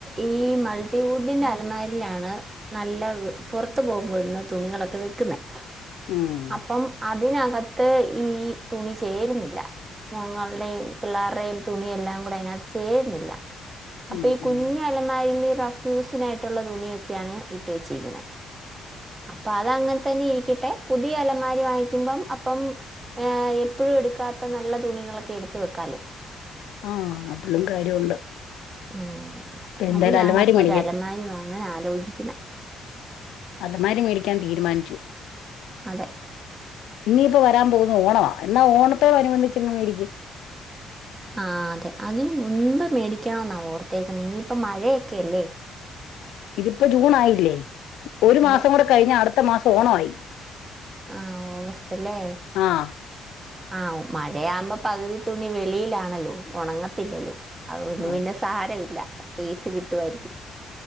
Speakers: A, on the right; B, on the left.
A: ഈ മൾട്ടിവുഡിന്റെ അലമാരിലാണ് നല്ല പുറത്ത് പോകുമ്പോ ഇടുന്ന തുണികളൊക്കെ വെക്കുന്നെ
B: ഉം
A: പ്പം അതിനകത്ത് ഈ തുണി ചേരുന്നില്ല. ഞങ്ങളുടെയും പിള്ളേരുടെയും തുണിയ എല്ലാം കൂടെ അതിനകത്ത് ചേരുന്നില്ല അപ്പൊ
B: ഉം
A: ഈ
B: ഉം
A: കുഞ്ഞ ലമാല റഫ്യൂസിനായിട്ടുള്ള തുണിയൊക്കെയാണ് ഇട്ട് വെച്ചിരിക്കുന്നത് അപ്പൊ അതങ്ങനെ തന്നെ ഇരിക്കട്ടെ പുതിയ അലമാരി വാങ്ങിക്കുമ്പം അപ്പം ഏ എപ്പോഴും എടുക്കാത്ത നല്ല തുണികളൊക്കെ എടുത്ത വെക്കാലോ
B: ആഹ അതിലും കാര്യമുണ്ട്
A: ഉ
B: എന്തായാലും
A: അതിനാണ്
B: അലമാരി
A: അപ്പൊ
B: മേടിക്കാൻ
A: ഒരു അലമാരി വാങ്ങാൻ ആലോചിക്കുന്നത്
B: അലമാരി മേടിക്കാൻ തീരുമാനിച്ചു
A: അതെ
B: ഇനിയിപ്പോ വരാൻ പോകുന്ന ഓണമാണ് എന്നാ ഓണോടനുബന്ധിച്ചങ് മേടിക്ക്
A: ആ അതെ അതിന് മുൻപ് മേടിക്കണമെന്നാണ് ഓർത്തേക്കുന്നത് ഇനിയിപ്പം മഴയൊക്കെയല്ലേ
B: ഇതിപ്പോ ജൂൺ ആയില്ലേ ഒരു
A: അതെ
B: മാസം കൂടെ കഴിഞ്ഞ അടുത്ത മാസം ഓണമായി
A: ആഹ ഓഗസ്റ്റ് അല്ലേ
B: ആഹ
A: ആഹ മഴയാവുമ്പോ പകുതി തുണി വെളിയിലാണല്ലോ ഉണങ്ങത്തില്ലല്ലോ അതുകൊണ്ട് പിന്നെ
B: അതെ
A: സാരമില്ല സ്പേസ് കിട്ടുമായിരിക്കും